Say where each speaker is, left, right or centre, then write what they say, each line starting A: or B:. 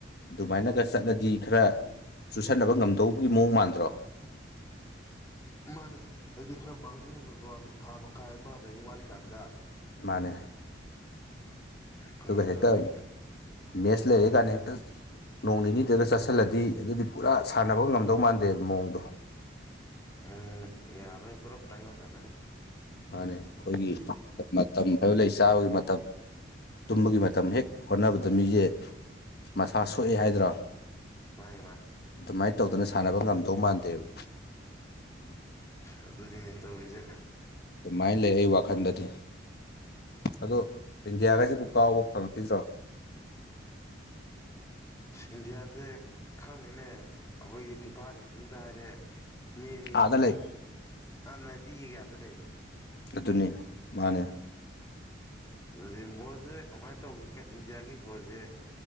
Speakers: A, on the left; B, on the left.
A: ꯑꯗꯨꯃꯥꯏꯅꯒ ꯆꯠꯂꯗꯤ ꯈꯔ ꯆꯨꯁꯟꯅꯕ ꯉꯝꯗꯧꯕꯒꯤ ꯃꯑꯣꯡ ꯃꯥꯟꯗ꯭ꯔꯣ
B: ꯃꯥꯅꯦ ꯍꯥꯏꯗꯤ ꯈꯔ ꯃꯥꯡꯖꯧꯅꯅꯀꯣ ꯊꯥ ꯃꯈꯥꯏ ꯑꯃ ꯀꯩ ꯑꯃꯥ ꯋꯥꯠꯂꯤꯀꯥꯟꯗ
A: ꯃꯥꯅꯦ
B: ꯑꯗꯨꯃꯥꯏꯅ
A: ꯑꯇꯨꯒ ꯍꯦꯛꯇ
B: ꯇꯧꯔꯗꯤ ꯈꯤꯇꯪ
A: ꯃ‌ꯦꯠꯁ ꯂꯩꯔꯦ
B: ꯎꯝ
A: ꯀꯥꯏꯅ ꯍ‌ꯦꯛꯇ ꯅꯣꯡ ꯅꯤꯅꯤꯗꯒ ꯆꯠꯁꯤꯜꯂꯗꯤ ꯑꯗꯨꯗꯤ ꯄꯨꯔꯥ ꯁꯥꯟꯅꯕ ꯉꯝꯗꯧ ꯃꯥꯟꯗꯦꯕ ꯃꯑꯣꯡꯗꯣ
B: ꯎꯝ ꯌꯥꯔꯣꯏ ꯄꯨꯂꯞ ꯇꯥꯏꯑ‌ꯣꯟꯅꯒꯅꯤ
A: ꯃꯥꯅꯤ ꯑꯩꯈꯣꯏꯒꯤ ꯃꯇꯝ ꯍꯥꯏꯕ ꯂꯩ ꯆꯥꯕꯒꯤ ꯃꯇꯝ ꯇꯨꯝꯕꯒꯤ ꯃꯇꯝ
B: ꯎꯝ
A: ꯍꯦꯛ ꯑ‌ꯣꯟꯅꯕꯗ ꯃꯤꯁꯦ ꯃꯁꯥ ꯁꯣꯛꯑꯦ ꯍꯥꯏꯗ꯭ꯔꯥ
B: ꯃꯥꯅꯦ ꯃꯥꯅꯤ
A: ꯑꯗꯨꯃꯥꯏ ꯇꯧꯗꯅ ꯁꯥꯟꯅꯕ ꯉꯝꯗꯧ ꯃꯥꯟꯗꯦꯕ
B: ꯑꯁ ꯑꯗꯨꯅꯤꯅꯦ ꯇꯧꯔꯤꯁꯦ
A: ꯑꯗꯨꯃꯥꯏꯅ ꯂꯩ ꯑꯩ ꯋꯥꯈꯜꯗꯗꯤ ꯑꯗꯣ ꯏꯟꯗꯤꯌꯥꯒꯁꯤꯕꯨ ꯀꯥꯎꯕ ꯐꯪꯉꯛꯈꯤꯗ꯭ꯔꯣ
B: ꯏꯟꯗꯤꯌꯥꯁꯦ ꯈꯪꯗ‌ꯦꯅꯦ ꯑꯩꯈꯣꯏꯒꯤ ꯐꯤꯐꯥ ꯔꯦꯡꯀꯤꯡꯗ ꯍꯥꯏꯔꯦ ꯅꯦꯝꯃꯤ
A: ꯑꯥꯗ ꯂꯩ
B: ꯑꯥ ꯅꯥꯏꯟꯇꯤ ꯀꯦ ꯀꯥꯗ ꯂꯩꯔ‌ꯦ
A: ꯑꯗꯨꯅꯤ ꯃꯥꯅꯦ
B: ꯑꯗꯨꯅꯦ ꯕꯣꯜꯖꯦ ꯀꯃꯥꯏꯅ ꯇꯧꯒꯤꯒꯦ ꯏꯟꯗꯤꯌꯥꯒꯤ ꯕꯣꯜꯖꯦ